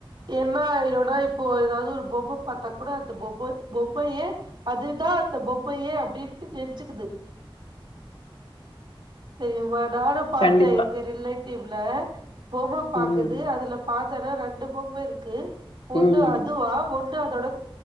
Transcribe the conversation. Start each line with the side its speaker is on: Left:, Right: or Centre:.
Right: என்னா ஆயிருன்னா இப்போ எதாவது ஒரு பொம்ம பாத்தா கூட அந்த பொம்ம பொம்மயே அதுதா அந்த பொம்மையே அப்டின்ட்டு நென்ச்சுக்குது தெரியுமான் நானு பாத்த
Left: கண்டிப்பா
Right: எங்க ரிலேட் டியூப் ல பொம்ம பாக்குது
Left: ம்
Right: அதுல பாக் தர ரண்டு பொம்ம இருக் கு ஒண்ணு
Left: ம்
Right: அதுவா ஒண் ணு அதோடது